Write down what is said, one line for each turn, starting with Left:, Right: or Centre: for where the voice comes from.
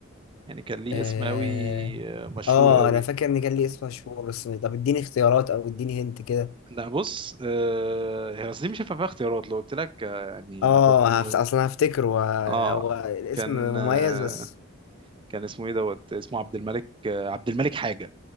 Right: يعني كان ليه
Left: اه
Right: اسم قوي آه مشهور
Left: اه
Right: قوي
Left: أنا فاكر إن كان لي اسم مشهور بس طب اديني اختيارات أو اديني هنت كده
Right: لا بص آه هي اصل دي مش هينفع فيها اختيارات لو قلت لك آه يعني
Left: اه
Right: هتبقى
Left: هفت... أصلا هفتكره هو
Right: اه
Left: هو الاسم
Right: كان
Left: مميز
Right: آه
Left: بس
Right: كان اسمه ايه دوت اسمه عبد الملك آه عبد الملك حاجة